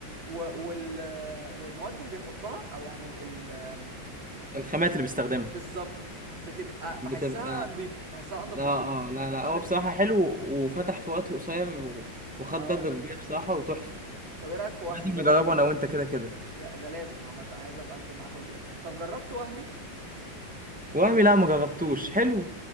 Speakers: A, on the right; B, in the centre.
A: و... وال... والمواد اللي بيحطها او يعني ال... ال...
B: الخامات اللي بيستخدمها
A: بالظبط بتبقى
B: بتبقى
A: بحسها نظيفه بحسها انضف بكتير
B: اه اه لا
A: مش
B: لا
A: عارف
B: هو بصراحة حلو وفتح في وقت قصير و- وخد
A: اه
B: ضجة كبيرة بصراحة وتحفة
A: طب ايه رايك في وهمي
B: لازم نجربه
A: جربته
B: انا وانت كده كده
A: يا ده لازم عامه أنا عايز ابقى انزل معاك وسيله طب جربت وهمي
B: وهمي لا ما جربتوش حلو